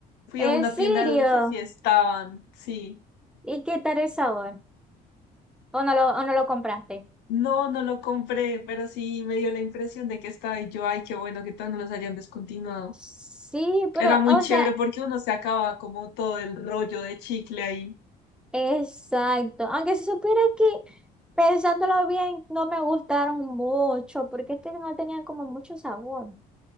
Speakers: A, on the left (about 85°); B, in the centre.
A: Fui
B: ¿En
A: a una
B: serio?
A: tienda de dulces y estaban, sí.
B: ¿Y qué tal el sabor? ¿O no lo, o no lo compraste?
A: No, no lo compré, pero sí me dio la impresión de que estaba y yo, ay, qué bueno que todos no los hayan descontinuado.
B: Sí, pero,
A: Era muy
B: o
A: chévere
B: sea,
A: porque uno se acaba como todo el rollo de chicle ahí.
B: exacto. Aunque se supiera que pensándolo bien, no me gustaron mucho, porque es que no tenían como mucho sabor.